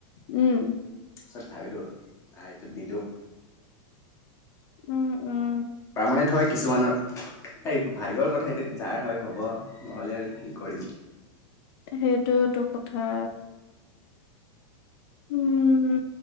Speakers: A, on the left (about 50°); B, on the left (about 20°).
A: উম।
B: তাৰ পিছত ভাবিলোঁ আ এইটো দিদো।
A: উম, উম।
B: তাৰমানে ধৰা কিছুমানৰ, এই ভাগ্যৰ কথা এতিয়া যাৰ হয় হব। নহ'লে আৰু কি কৰিম।
A: সেইটোৱেটো কথা। উমঁ উমঁ